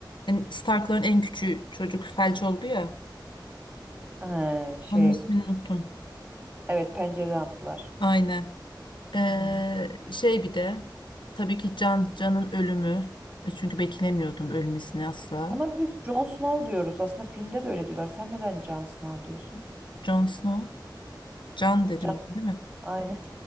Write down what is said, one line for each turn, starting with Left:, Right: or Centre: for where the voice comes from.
Left: Yani Stark'ların en küçüğü çocuk felç oldu ya.
Right: Ee, şey,
Left: Onun ismini unuttum.
Right: evet pencereden attılar.
Left: Aynen. Eee,
Right: Hı hı.
Left: şey bir de tabii ki Can Can'ın ölümü. E, Çünkü beklemiyordum ölmesini asla.
Right: Ona biz Jon Snow diyoruz. Aslında filmde de öyle diyorlar. Sen neden Jon Snow diyorsun?
Left: Jon Snow. Can dedim
Right: Can,
Left: değil mi?
Right: aynen.